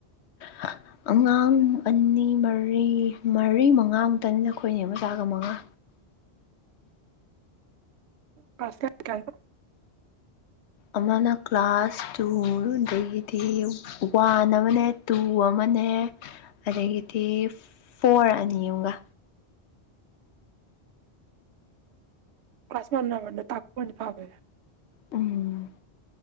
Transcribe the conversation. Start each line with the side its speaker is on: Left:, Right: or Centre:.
Left: ꯍꯥ ꯑꯉꯥꯡ ꯑꯅꯤ ꯃꯔꯤ ꯃꯔꯤ ꯃꯉꯥꯃꯨꯛꯇꯅꯤꯗ ꯑꯈꯣꯏ ꯅꯦ ꯃꯆꯥꯒ ꯃꯉꯥ
Right: ꯀ꯭ꯂꯥꯁ ꯀꯌꯥ ꯀꯌꯥꯒꯤꯅꯣ
Left: ꯑꯃꯅ ꯀ꯭ꯂꯥꯁ ꯇꯨꯗꯒꯤꯗꯤ ꯋꯥꯟ ꯑꯃꯅꯦ ꯇꯨ ꯑꯃꯅꯦ ꯑꯗꯥꯒꯤꯗꯤ ꯐꯣꯔ ꯑꯅꯤ ꯑꯃꯒꯥ
Right: ꯀ꯭ꯂꯥꯁ ꯃꯥꯅꯕꯅ ꯇꯥꯛꯄꯥꯅꯗꯤ ꯐꯥꯕꯅꯦ
Left: ꯎꯝ꯫